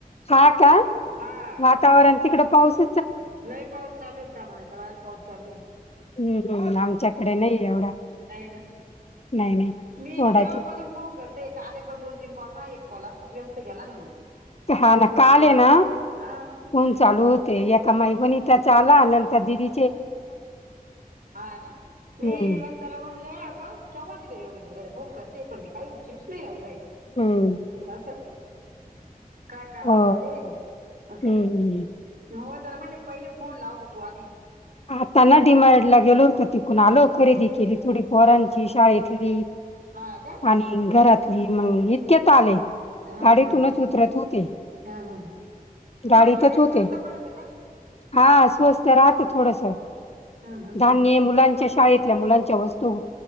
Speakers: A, on the left (about 40°); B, on the right (about 65°).
A: हा का?
B: हा
A: वातावरण तिकड पाऊस
B: लय पाऊस चालूये. प्रमाणाच्या बाहेर पाऊस चालूये.
A: हम्म, हम्म आमच्याकडे नाहीये एवढा.
B: नाही ना
A: नाही नाही
B: मी
A: थोडाच
B: केव्हा
A: आहे.
B: पासून फोन करते. काल पण दोन तीन कॉल माझा कॉलाच असचं व्यस्त गेला ना मग.
A: हा ना काल
B: ते
A: आहे
B: हा
A: ना
B: हा
A: फोन चालू हो ते एका माझ्या वनिताचा आला नंतर दिदी
B: हा ना मी
A: हम्म
B: वनिताला म्हणले आग केव्हा ची गेलीय योगिता बाहेर फोन करते पण ती काही उचलूच नाही राहिली बाई
A: हम्म
B: असं काय करावं
A: हो
B: म्हणले असं.
A: हम्म
B: <unintelligible>
A: हम्म
B: त्याला म्हणले पहिला फोन लाव ग तु आधी.
A: आता ना डीमार्ट ला गेलो होत तिकडून आलो खरेदी केली थोडी पोरांची शाळेतली
B: हा काय
A: आणि घरातली मग इतक्यात आले.
B: ह,
A: गाडीतूनच
B: ह,
A: उतरत होते.
B: ह, ह. डी
A: गाडीतच
B: मार्ट काही
A: होते.
B: स्वस्त पडत का?
A: हा स्वस्त राहत. थोडस,
B: हा हा
A: धान्य
B: हा.
A: मुलांच्या शाळेतल्या मुलांच्या वस्तू.